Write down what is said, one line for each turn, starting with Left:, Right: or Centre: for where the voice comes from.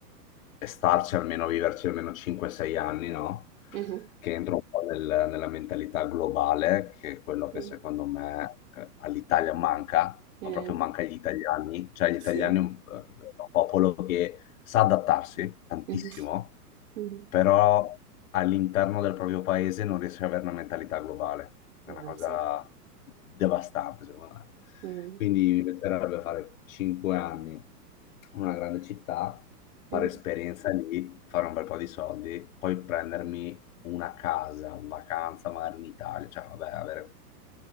Left: e starci almeno, viverci almeno 5-6 anni, no?
Right: Mhm.
Left: Che entro un po' nel- nella mentalità globale, che è quello che
Right: Sì.
Left: secondo me eh, all'Italia manca,
Right: Eh,
Left: ma proprio manca agli italiani, cioè gli
Right: Sì,
Left: italiani è un, è un popolo che sa adattarsi tantissimo
Right: mhm. Mhm.
Left: però all'interno del proprio paese non riesce ad avere una mentalità globale. È
Right: vabbè,
Left: una cosa
Right: sì.
Left: devastante, secondo me.
Right: Mhm.
Left: Quindi mi piacerebbe fare cinque anni in una grande città, fare
Right: Mhm.
Left: esperienza lì, fare un bel po' di soldi, poi prendermi una casa, vacanza magari in Italia, cioè vabbè, avere,